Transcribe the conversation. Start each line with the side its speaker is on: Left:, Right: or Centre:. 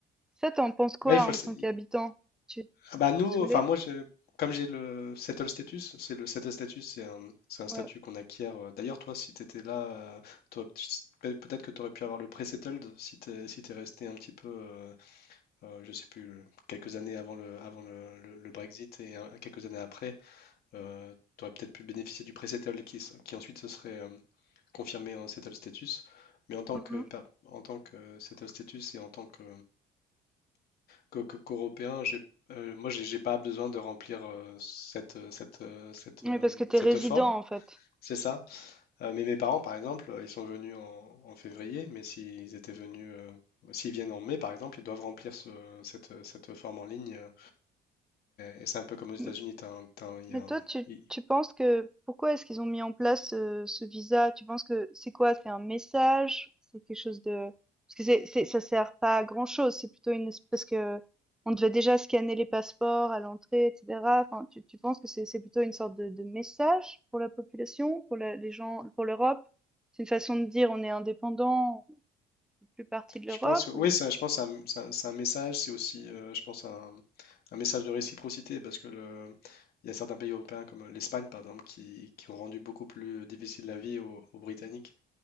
Centre: Ça, t'en penses quoi
Left: Ouais, il faut
Centre: en
Left: le...
Centre: tant
Left: sa-
Centre: qu'habitant? Tu tu-
Left: Ah
Centre: tu
Left: Bah,
Centre: es
Left: nous,
Centre: saoulé?
Left: enfin, moi, je, comme j'ai le settle status, c'est le settle status, c'est un, c'est un
Centre: Ouais.
Left: statut qu'on acquiert. euh, D'ailleurs, toi, si tu étais là, euh, t'aurais p- peut- peut-être que tu aurais pu avoir le pré-settled si tu si t'es resté un petit peu, euh, euh, je sais plus, quelques années avant le, avant le, le- le Brexit et euh, quelques années après. Euh, tu aurais peut-être pu bénéficier du pré-settle qui, s- qui ensuite se serait euh, confirmé en settle status. Mais en tant
Centre: Mhm.
Left: que, per- en tant que settle status et en tant que, que- que- qu'Européen, j'ai, euh, moi, j'ai j'ai pas besoin de remplir euh, cette, cette, euh, cette,
Centre: Oui,
Left: euh,
Centre: parce que t'es
Left: cette
Centre: résident,
Left: forme.
Centre: en fait.
Left: C'est ça. Euh, mais mes parents, par exemple, euh, ils sont venus en, en février, mais s'ils étaient venus, euh, s'ils viennent en mai, par exemple, ils doivent remplir ce- cette, cette forme en ligne. euh, Et, et c'est un peu comme aux États-Unis,
Centre: Mais,
Left: t'as un- t'as un- il
Centre: Mais
Left: y a un-
Centre: toi, tu,
Left: il-
Centre: tu penses que pourquoi est-ce qu'ils ont mis en place ce, ce visa? Tu penses que c'est quoi? C'est un message? C'est quelque chose de... Parce que c'est, c'est, ça sert pas à grand-chose. C'est plutôt une... Parce que on devait déjà scanner les passeports à l'entrée, etc. Enfin, tu, tu penses que c'est, c'est plutôt une sorte de, de message pour la population, pour la- les gens, pour l'Europe? C'est une façon de dire on est indépendant, on fait plus partie de l'Europe
Left: Je pense que oui,
Centre: ou
Left: ça, je pense que c'est un, c'est un- c'est un message, c'est aussi, euh, je pense, un, un message de réciprocité parce que le, il y a certains pays européens comme euh, l'Espagne, par exemple, qui, qui ont rendu beaucoup plus difficile la vie aux, aux Britanniques.